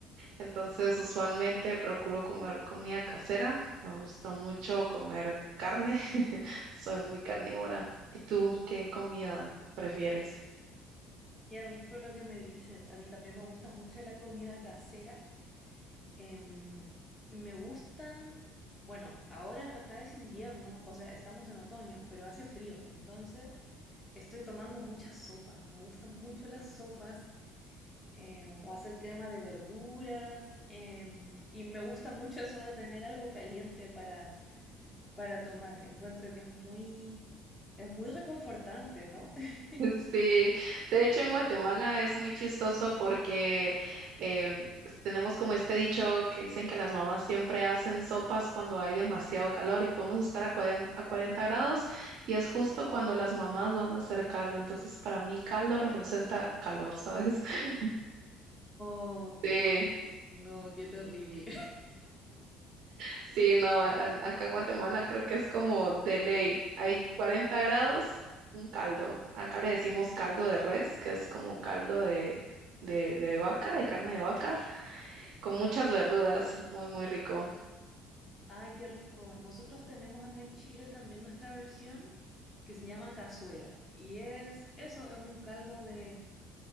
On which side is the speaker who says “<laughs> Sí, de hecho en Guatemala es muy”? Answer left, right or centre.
Right